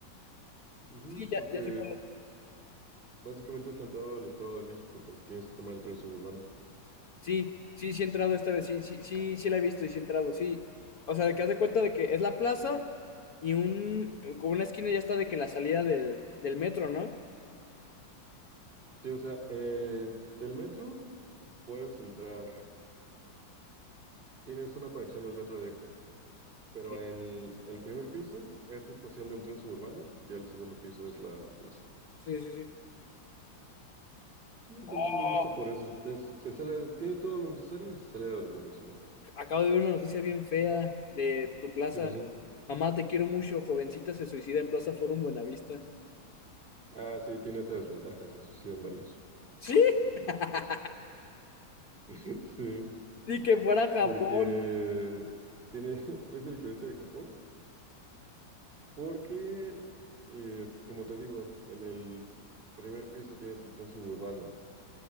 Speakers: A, on the right; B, on the left.
A: Ujú,
B: Sí, ya,
A: porque
B: ya sé cuál es.
A: básicamente es la entrada del Estado de México, porque tienes que tomar el tren suburbano.
B: Sí, sí, sí he entrado esta vez. Sí, sí, sí, sí la he visto y sí he entrado, sí. O sea, de que haz de cuenta de que es la plaza y un, con una esquina ya está de que la salida del, del metro, ¿no?
A: Sí, o sea, eh, del metro puedes entrar, tienes una conexión del metro directa, pero
B: Sí,
A: en el, el primer piso es estación del tren suburbano y el segundo piso es la plaza.
B: sí, sí. sí.
A: Sí, entonces
B: Oh,
A: me gusta por eso. te- se sale, tiene todo lo necesario y se sale de lo convencional.
B: acabo de ver una noticia bien fea de tu plaza.
A: ¿Qué pasó?
B: Mamá, te quiero mucho. Jovencita se suicida en Plaza Forum Buenavista.
A: Ah, sí, tiene esas desventajas, se suicidan varios.
B: Sí, <laughs>
A: <laughs> Sí,
B: ni que fuera Japón.
A: porque tiene, <laughs> es el equivalente de Japón, porque, eh, como te digo, en el primer piso tienes el tren suburbano.